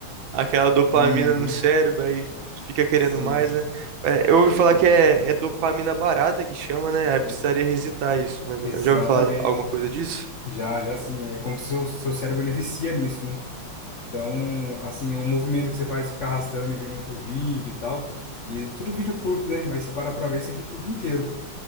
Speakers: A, on the right; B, on the left.
A: aquela dopamina
B: Uhum,
A: no cérebro, aí fica querendo
B: sim,
A: mais, né? É, Eu ouvi falar que é, é dopamina barata que chama, né? Aí precisaria
B: e-
A: resetar isso, mais
B: exatamente.
A: ou menos. Já ouviu falar alguma coisa disso?
B: Já, já assim, é como se o seu, seu cérebro ele vicia nisso, né? Então, assim, o movimento que você faz, você fica arrastando e vendo outro vídeo e tal, e é tudo vídeo curto, né? Mas você para pra ver, você fica o dia inteiro.